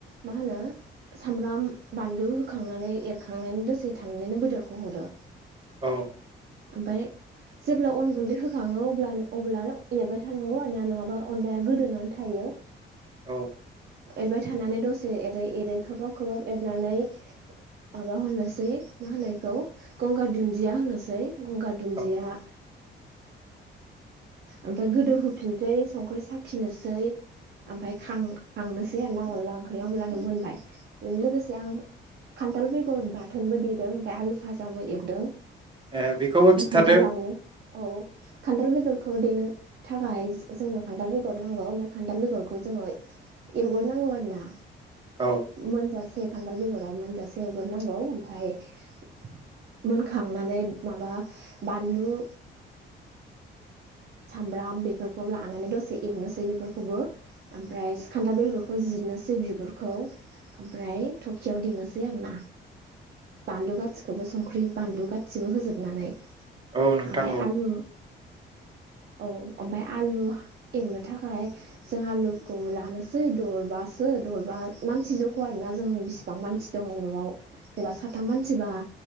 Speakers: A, on the right; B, on the right.
A: मा होनो सामब्राम बानलु होखांनानै एरखांनानै दसे थानानैनो बेदरखौ हरो
B: औ
A: ओमफाय जेब्ला अन गुन्दै होखाङो अब्ला अब्लानो एरबाय थानांगौ आरो ना नङाबा अनलाया गोदोनानै थायो
B: औ
A: एरबाय थानानै दसे एरै एरै खोबहाब खोबहाब एरनानै माबा होनोसै मा होनो इखौ गंगार दुन्दिया होनोसै गुंगार दुन्दिया
B: औ
A: ओमफाय गोदौ होफिनसै संख्रि साखिनोसै ओमफाय खांनोसै आरो ना अनला ओंख्रिया अब्लानो मोनबाय लोगोसे आं खान्थाल बेगर बाथोनबो देदों ओमफ्राय आलु फाजाबो एवदों
B: ए बेखौबो
A: आं
B: खिन्थादो
A: खोन्थालांनि <unintelligible> <inaudible> खान्थाल बेगरखौ देनो थाखाय जोंनो खान्थाल बेगर नांगौ ओमफ्राय खान्थाल बेगरखौ जोङो एवग्रोनांगौ आरो ना
B: औ
A: मोनजासे खान्थाल बेगरा मोनजासे एवग्रोनांगौ ओमफाय <inaudible> मोनखांनानै माबा बानलु सामब्राम बेफोरखौ लानानै दसे एवनोसै बेफोरखौबो ओमफ्राय खान्थाल बेगरखौ जिरनोसै बिगुरखौ ओमफ्राय थबसियाव देनोसै आरो ना बानलु गासिखौबो संख्रि बानलु गासिबो होजोबनानै
B: औ नोंथां
A: ओमफ्राय
B: औ
A: आलु औ ओमफाय आलु एवनो थाखाय जों आलुखौ लानोसै दरबासो दरबा मानसि जख' आरोना जों बिसिबां मानसि दङ न'आव जेनेबा साथाम मानसिबा